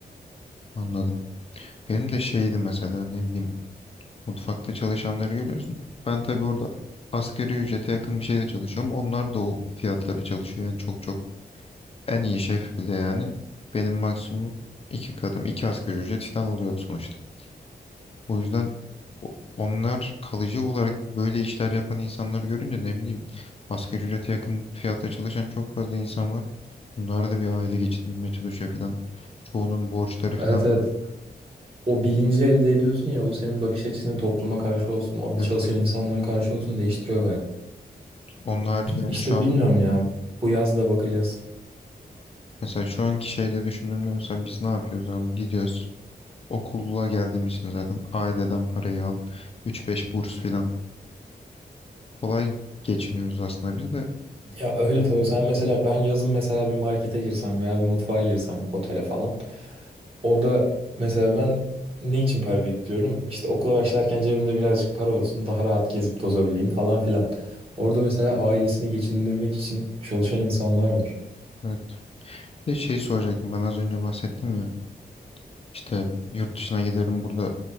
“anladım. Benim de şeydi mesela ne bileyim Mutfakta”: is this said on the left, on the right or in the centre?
Left